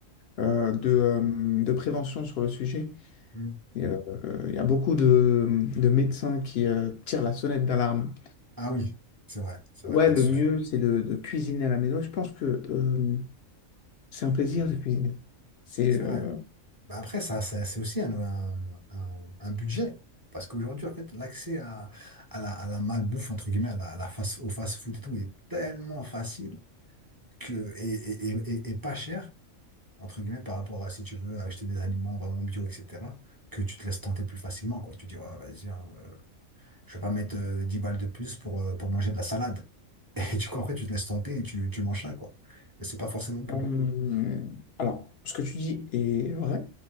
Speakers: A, on the left (about 60°); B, on the right (about 20°).
A: euh, de, euh, de prévention sur le sujet.
B: Hmm.
A: Et, euh, Il y a beaucoup de, de médecins qui euh, tirent la sonnette d'alarme
B: Ah oui, c'est vrai, c'est
A: Ouais,
B: vrai là-dessus.
A: le mieux, c'est de, de cuisiner à la maison. Je pense que euh, c'est un plaisir de cuisiner. C'est
B: C'est
A: euh,
B: vrai. Mais après, ça, ça- c'est aussi un, un- un- un budget. Parce qu'aujourd'hui, en fait, l'accès à, à la, à la malbouffe, entre guillemets, à la, à la fast, au fast-food et tout, est tellement facile que, et, et- et- et- et pas cher, entre guillemets, par rapport à si tu veux acheter des aliments vraiment bio, etc., que tu te laisses tenter plus facilement, quoi. Tu dis, Ah, vas-y, hein, euh, je vais pas mettre euh, 10 balles de plus pour, euh, pour manger de la salade. <laughs> Et du coup, après, tu te laisses tenter et tu, tu manges ça, quoi. Mais c'est pas forcément bon.
A: euh, alors, ce que tu dis est vrai,